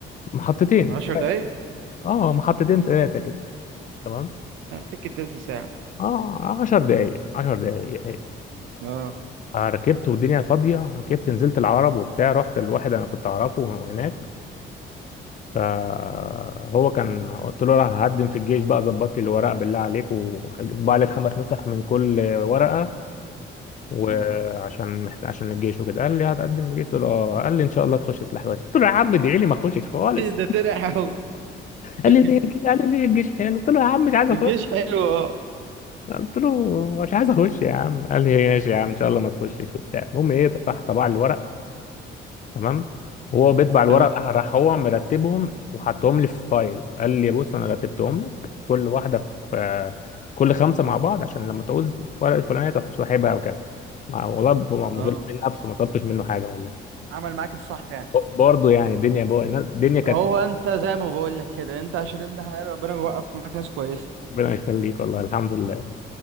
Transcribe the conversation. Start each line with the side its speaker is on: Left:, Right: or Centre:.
Left: محطتين
Right: 10 دقايق
Left: اه محطتين ثلاثه كده تمام
Right: آه، سكت تلت ساعه
Left: اه 10 دقايق 10 دقايق
Right: اه
Left: آه، ركبت والدنيا فاضيه ركبت نزلت العرب وبتاع رحت لواحد انا كنت اعرفه هناك فهو كان قلت له راح هقدم في الجيش بقى ظبط لي الورق بالله عليك وطبع لك خمس نسخ من كل ورقة وعشان محت... عشان الجيش وكده قال لي هتقدم في الجيش قلت له اه قال لي ان شاء الله تخش سلاح كويس قلت له يا عم ادعي لي ما اخشش خالص
Right: إيه ده ترقع قوي
Left: قال
Right: <laughs>
Left: لي ليه قال لي ليه الجيش حلو قلت له يا عم مش عايز اخش
Right: الجيش حلو اه
Left: قلت له مش عايز اخش يا عم قال لي ماشي يا عم ان شاء الله ما تخشش وبتاع المهم ايه راح طبع لي الورق تمام وهو بيطبع الورق
Right: تمام
Left: راح راح هو مرتبهم وحطهم لي في فايل قال لي بص انا رتبتهم لك كل واحده في آه، كل خمسه مع بعض عشان لما تعوز ورقه الفلانيه تروح ساحبها وكذا مع- والله ب- من
Right: اه
Left: غير- من نفسه ما طلبتش منه حاجه والله
Right: عمل معاك الصح يعني
Left: برضه يعني الدنيا بقى الدنيا كانت
Right: هو انت زي ما بقول لك كده انت عشان ابن حلال ربنا بيوقف معاك ناس كويسه
Left: ربنا يخليك والله الحمد لله